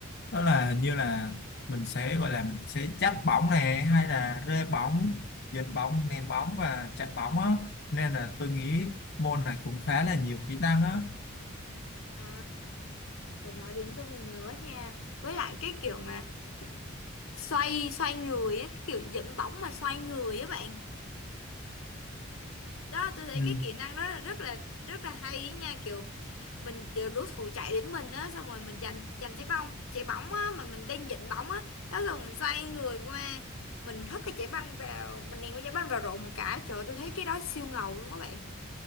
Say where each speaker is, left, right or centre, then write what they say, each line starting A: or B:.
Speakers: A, on the left; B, on the left.
A: đó là như là mình sẽ gọi là mình sẽ dắt bóng này hay là rê bóng dẫn bóng ném bóng và chặn bóng á nên là tôi nghĩ môn này cũng khá là nhiều kỹ năng á
B: à phải nói đến tôi mới nhớ nha với lại cái kiểu mà xoay xoay người á cái kiểu dẫn bóng mà xoay người á bạn đó tôi thấy
A: ừ.
B: cái kỹ năng đó là rất là rất là hay ý nha kiểu mình kiểu đối thủ chạy đến mình á xong rồi mình giành giành trái bóng trái bóng á mà mình đang giận bóng á đó rồi mình xoay người qua mình hất cái trái banh vào mình ném cái trái banh vào rổ một cái trời ơi, tôi thấy cái đó siêu ngầu luôn các bạn